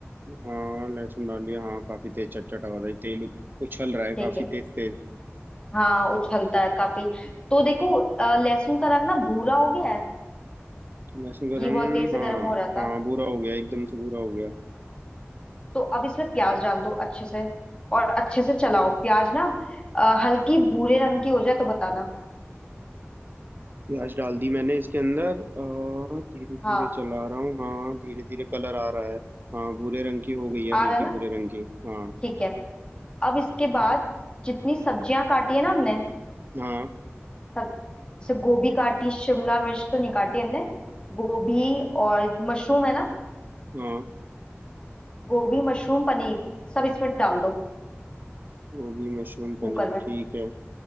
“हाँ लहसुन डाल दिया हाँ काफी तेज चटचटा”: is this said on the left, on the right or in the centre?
Right